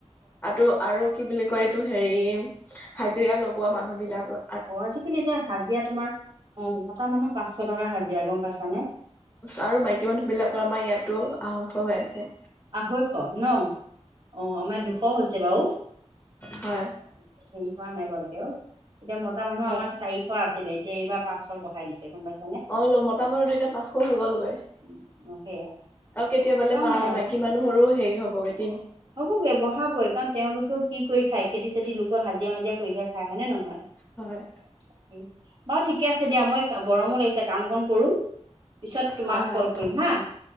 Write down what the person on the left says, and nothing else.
আৰুটো আৰু কি বুলি কয় এইটো হেৰি হাজিৰা লগোৱা মানুহ বিলাকত।
আৰু মাইকী মানুহ বিলাকৰ আমাৰ ইয়াতো আঢ়ৈশ হৈ আছে।
হয়
হয়
অ মতা মানুহৰ এতিয়া পাঁচশ হৈ গ'লগৈ আৰু
কেতিয়াবালে
মা
মাইকী। মানুহৰো হেৰি হ'বগৈ।
হয়
হয় হয়